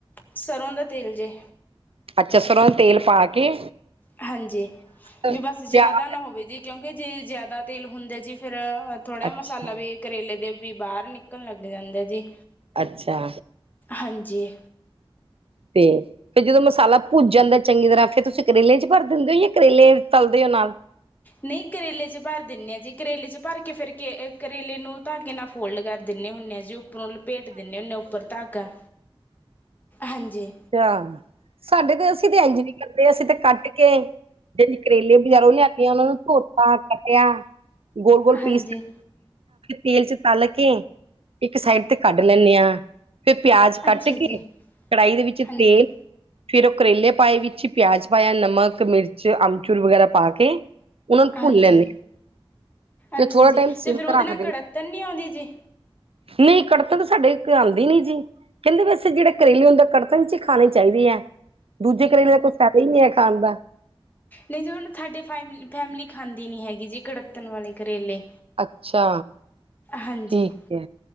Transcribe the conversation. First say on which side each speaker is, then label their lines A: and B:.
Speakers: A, on the left; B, on the right.
A: ਸਰੋਂ ਦਾ ਤੇਲ ਜੀ।
B: ਅੱਛਾ ਸਰੋਂ ਦਾ ਤੇਲ ਪਾ ਕੇ
A: ਹਾਂਜੀ
B: ਪਿਆਜ
A: ਵੀ ਬਸ ਜਾਦਾ ਨਾ ਹੋਵੇ ਜੀ। ਕਿਉਂਕਿ ਜੇ ਜਾਦਾ ਤੇਲ ਹੁੰਦਾ ਜੀ ਫੇਰ ਥੋੜਾ
B: ਅੱਛਾ,
A: ਮਸਾਲਾ ਵੀ ਕਰੇਲੇ ਦੇ ਵੀ ਬਾਰ ਨਿਕਨ ਲੱਗ ਜਾਂਦਾ ਜੀ।
B: ਅੱਛਾ।
A: ਹਾਂਜੀ।
B: ਤੇ ਫੇਰ ਜਦੋਂ ਮਸਾਲਾ ਭੁੱਜ ਜਾਂਦਾ ਚੰਗੀ ਤਰਾਂ ਫੇਰ ਤੁਸੀ ਕਰੇਲੇ ਚ ਭਰ ਦੇੰਦੇ ਯਾ ਕਰੇਲੇ ਤਲਦੇ ਆ ਨਾਲ
A: ਨਈ ਕਰੇਲੇ ਚ ਭਰ ਦੇਨੇ ਆ ਜੀ, ਕਰੇਲੇ ਚ ਭਰ ਕੇ ਫੇਰ ਕੇ ਕਰੇਲੇ ਨੂੰ ਧਾਗੇ ਨਾਲ ਫੋਲਡ ਕਰ ਦਿਨੇ ਹੁੰਨੇ ਆ ਜੀ, ਉਪਰੋਂ ਲਪੇਟ ਦਿੰਨੇ ਹੁੰਦੇ ਉਪਰ ਧਾਗਾ, ਹਾਂਜੀ।
B: ਅੱਛਾ। ਸਾਡੇ ਤੇ ਅਸੀ ਤੇ ਏੰਝ ਨੀ ਕਰਦੇ। ਅਸੀ ਤੇ ਕੱਟ ਕੇ ਜੇੜੇ ਕਰੇਲੇ ਬਜਾਰੋਂ ਲੇਆਨੀ ਆਂ ੳਨਾਂ ਨੂੰ ਧੋਤਾ, ਕੱਟੇਆ, ਗੋਲ-ਗੋਲ
A: ਹਾਂਜੀ
B: ਪੀਸ ਤੇਲ ਚ ਤਲ ਕੇ ਇੱਕ ਸਾਈਡ ਤੇ ਕੱਢ ਲੇਨੇ ਆ। ਫੇਰ ਪੇਆਜ਼ ਕੱਟ
A: ਅੱਛਾ
B: ਕੇ
A: ਜੀ
B: ਕੜਾਈ ਦੇ ਵਿੱਚ
A: ਹਾਂਜੀ
B: ਤੇਲ ਫੇਰ ੳਹ ਕਰੇਲੇ ਪਾਏ ਵਿੱਚ ਪੇਆਜ ਪਾਏਆ, ਨਮਕ, ਮਿਰਚ, ਅਮਚੁਰ ਵਗੈਰਾ ਪਾ ਕੇ ਉਹਨਾਂ ਨੂੰ
A: ਹਾਂਜੀ,
B: ਭੁੰਨ ਲੈਂਦੇ ਹਾਂ, ਫਿਰ
A: ਅੱਛਾ
B: ਥੋੜਾ
A: ਜੀ।
B: ਟਾਈਮ ਸਿਮ
A: ਤੇ ਫੇਰ ੳਦੇ
B: ਰੱਖ
A: ਨਾਲ ਕੜੱਤਣ ਨੀ ਆਂਦੀ ਜੀ।
B: ਨਈ ਕੜਤਨ ਸਾਡੇ ਤੇ ਆਂਦੀ ਨੀ ਜੀ। ਕਹੰਦੇ ਵੈਸੇ ਜੇੜੇ ਕਰੇਲੇ ਹੁੰਦਾ ਕੜਤਨ ਚ ਈ ਖਾਨੇ ਚਾਈਦੇ ਆ। ਦੂਜੇ ਕਰੇਲੇ ਕੋਈ ਫੈਦਾ ਈ ਨੀ ਹੈ ਖਾਨ ਦਾ।
A: ਨਈ ਜੀ ੳ ਨਾ ਸਾਡੇ ਫੈਮ ਫੈਮਲੀ ਖਾਂਦੀ ਨੀ ਹੈਗੀ ਜੀ ਕੜੱਤਣ ਵਾਲੇ ਕਰੇਲੇ।
B: ਅੱਛਾ,
A: ਹਾਂਜੀ
B: ਠੀਕ ਏ।